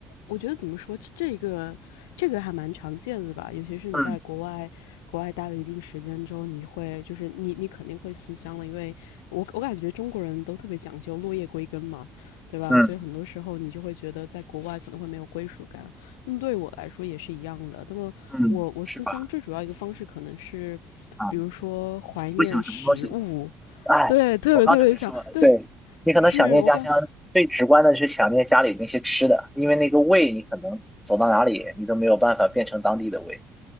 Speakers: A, on the left; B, in the centre.
A: 我觉得怎么说，这个这个还蛮常见的吧，尤其是你在国外国外待了一定时间之后，
B: 嗯
A: 你会就是你你肯定会思乡了，因为我我感觉中国人都特别讲究落叶归根嘛，对吧？
B: 嗯
A: 所以很多时候你就会觉得在国外可能会没有归属感。那么对我来说也是一样的。那么我我思乡最主要一个方式可能是，
B: 嗯，是吧？啊，
A: 比如说怀念食物，
B: 你会想什么东西？哎，
A: 对，特别特别想，
B: 我刚准备说，
A: 对，
B: 对，你可能想念家乡，
A: 是我感。
B: 最直观的是想念家里那些吃的，因为那个味，你可能走到哪里，你都没有办法变成当地的味。